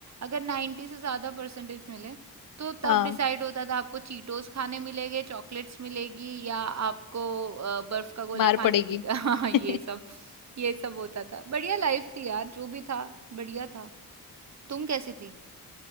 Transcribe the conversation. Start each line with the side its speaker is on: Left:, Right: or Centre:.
Right: अगर 90 से ज्यादा परसेंटेज मिले तो तब
Left: हाँ
Right: डिसाइड होता था आपको चीटोस खाने मिलेंगे चॉकलेट्स मिलेगी या आपको अ, बर्फ का गोला
Left: मार
Right: खाने
Left: पड़ेगी
Right: मिलेगा <laughs> हाँ ये
Left: <laughs>
Right: सब ये सब होता था बढ़िया लाइफ थी यार जो भी था बढ़िया था तुम कैसी थी